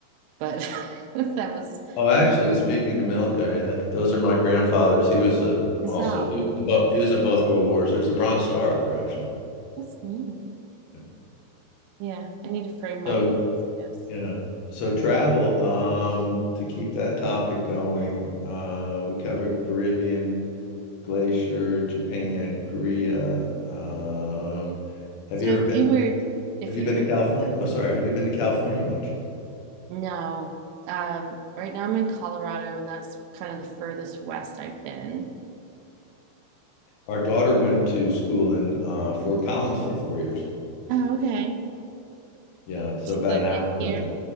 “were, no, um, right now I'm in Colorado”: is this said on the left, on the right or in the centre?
Right